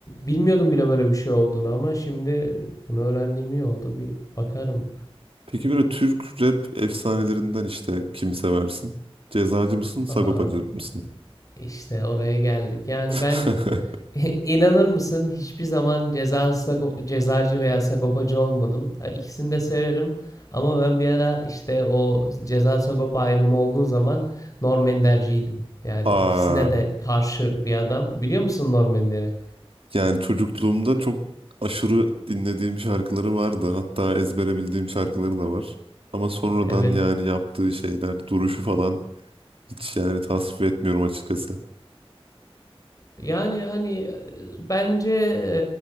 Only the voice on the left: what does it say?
bilmiyordum bile böyle bir şey olduğunu ama şimdi bunu öğrendiğim iyi oldu. Bir bakarım.
Aa,
işte oraya geldik. Yani
ben <laughs> İnanır mısın? Hiçbir zaman ceza sago- cezacı veya sagopacı olmadım. Ha, İkisini de severim. Ama ben bir ara işte o ceza sagopa ayrımı olduğu zaman Norm Ender'ciydim. Yani
ikisine de karşı bir adam. Biliyor musun Norm Ender'i?
Evet.
Yani hani e, bence e,